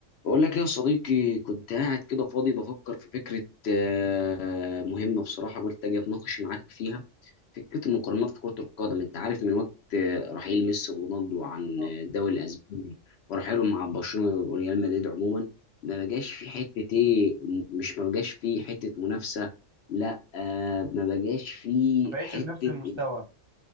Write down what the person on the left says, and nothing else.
بقول لك ايه يا صديقي كنت قاعد كده فاضي بفكر في فكرة آه، مهمة بصراحة قلت اجي اتناقش معاك فيها فكرة المقارنات في كرة القدم انت عارف من وقت آه، رحيل ميسي ورونالدو عن
آه، الدوري الاسباني ورحيلهم مع برشلونة وريال مدريد عموما ما بقاش في حتة ايه مش ما بقاش في حتة منافسة لا آه، ما بقاش في
حتة